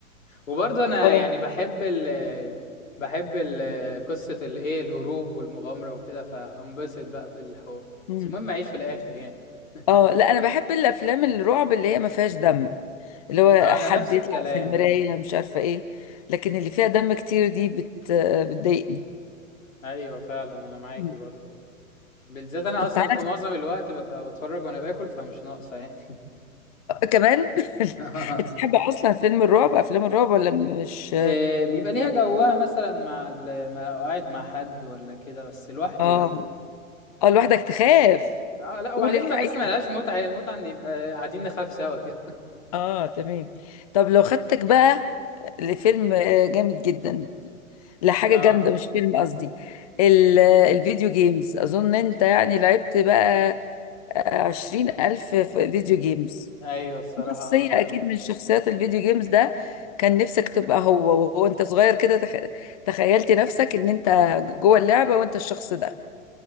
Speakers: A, on the left; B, on the left.
A: وبرضه انا
B: اه
A: يعني بحب ال بحب ال قصة الايه الهروب والمغامرة وكده فهنبسط بقى في الحوار
B: مم.
A: بس المهم اعيش في الاخر يعني <laughs>
B: اه لا انا بحب الافلام الرعب اللي هي ما فيهاش دم اللي هو
A: اه انا
B: حد
A: نفس
B: يطلع
A: الكلام
B: في المرايه
A: ايوه
B: مش عارفه ايه لكن اللي فيها دم كتير دي بت بتضايقني
A: ايوه فعلا انا معاكي
B: مم.
A: برضو بالذات انا
B: طب
A: اصلا
B: تعالى
A: في معظم الوقت ببقى بتفرج وانا باكل فمش ناقصه يعني
B: كمان <laughs>
A: <laughs>
B: انت بتحب اصلا فيلم الرعب افلام الرعب ولا مش
A: آه، بيبقى ليها جوها مثلا مع ال... مع قاعد مع حد ولا كده بس لوحدي
B: اه
A: لا
B: اه لوحدك تخاف
A: اه لا
B: قول
A: وبعدين
B: الحقيقة
A: بحس ما لهاش متعة هي المتعة ان يبقى قاعدين نخاف سوا كده
B: اه تمام طب لو خدتك بقى لفيلم آه، جامد جدا
A: <laughs>
B: لحاجة
A: اه
B: جامدة مش فيلم قصدي ال- آه، الفيديو جيمز أظن أنت يعني لعبت بقى آه، عشرين ألف فيديو جيمز
A: ايوه الصراحة
B: في شخصية
A: اه فعلا
B: أكيد من شخصيات الفيديو جيمز ده كان نفسك تبقى هو وهو أنت صغير كده تخ... تخيلت نفسك إن أنت جوه اللعبة وأنت الشخص ده